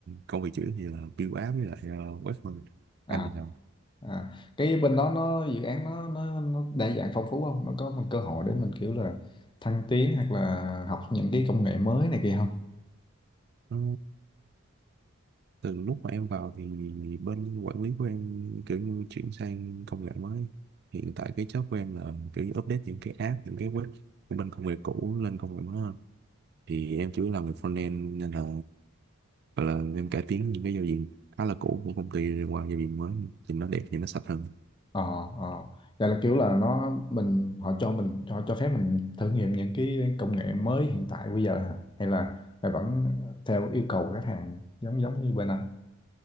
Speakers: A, on the right (about 50°); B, on the left (about 20°).
A: công việc chữ thì là build app với lại uh, web thôi
B: à,
A: anh thì làm
B: à cái bên đó nó dự án nó nó nó đa dạng phong phú không? Nó có một cơ hội để mình kiểu là thăng tiến hoặc là học những cái công nghệ mới này kia
A: Ờ, từ lúc mà em vào thì bên quản lý của em kiểu như chuyển sang công nghệ mới hiện tại cái job của em là kiểu như update những cái app những cái web của bên công nghệ cũ lên công nghệ mới hơn thì em chủ yếu làm về frontend nên là Hoặc là em cải tiến những cái giao diện khá là cũ của công ty qua giao diện mới thì nó đẹp thì nó sạch hơn
B: ờ ờ Vậy là kiểu là nó mình họ cho mình họ cho phép mình thử nghiệm những cái công nghệ mới hiện tại bây giờ hả? hay là hay vẫn theo yêu cầu của khách hàng giống giống như bên anh